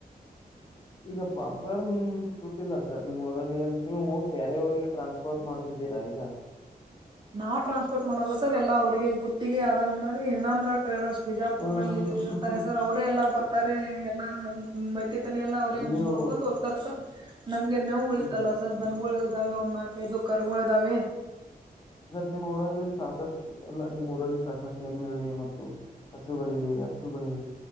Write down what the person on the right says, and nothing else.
ನಾವ್ ಟ್ರಾನ್ಸ್ಪೋರ್ಟ್ ಮಾಡೋಲ್ಲ ಸರ್ ಎಲ್ಲ ಅವ್ರಿಗೆ ಗುತ್ತಿಗೆ ಆಧಾರ್ ಮ್ಯಾಲ ಟ್ರೇಡರ್ಸ್ ಬಿಜಾಪುರ್ನಲ್ಲಿ
ಇರ್ತಾರೆ
ಸರ್ ಅವರೇ ಎಲ್ಲಾ ಬರ್ತಾರೆ ಎಲ್ಲಾ ಮೇ ಅಲ್ಲಿತನ ಎಲ್ಲಾ ಅವ್ರೇ
ಮುರ್ಕೊಂಡ್ ಹೋಗ್ತಾರ ಸರ್ ನಂಗೆ ಮೇವ ಉಳಿತಲ್ಲ
ಸರ್ ದನ್ಗೊಳ್ ಇದಾವೆ ಒಂದ ನಾಲ್ಕೈದು ಕರ್ಗಳ ಇದ್ದಾವೆ.